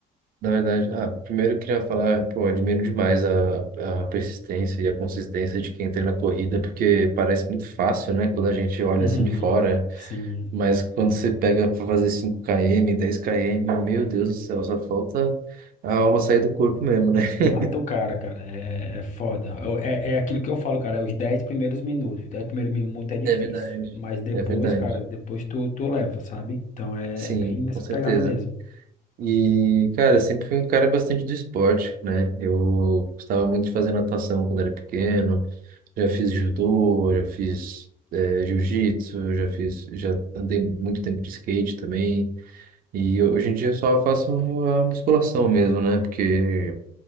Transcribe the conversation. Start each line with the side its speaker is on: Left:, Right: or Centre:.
Right: na verdade, ah, primeiro eu queria falar, pô, admiro demais a, a persistência e a consistência de quem treina corrida, porque parece muito fácil, né, quando a gente olha
Left: Uhum.
Right: assim de fora,
Left: Sim.
Right: mas quando você pega pra fazer cinco km, dez km, meu Deus do céu, só falta a alma sair do corpo mesmo, né? <laughs>
Left: Mata o cara, cara. É, é foda. Eu- É, é aquilo que eu falo, cara. É os 10 primeiros minutos. Os 10 primeiros minutos é difícil.
Right: É verdade.
Left: Mas depois,
Right: É verdade.
Left: cara, depois tu, tu leva, sabe? Então é,
Right: Sim,
Left: é bem nessa
Right: com certeza.
Left: pegada mesmo.
Right: E, cara, eu sempre fui um cara bastante do esporte, né? Eu gostava muito de fazer natação quando era pequeno, já fiz judô, já fiz eh, jiu-jitsu, já fiz, já andei muito tempo de skate também. E hoje em dia eu só faço a musculação mesmo, né? Porque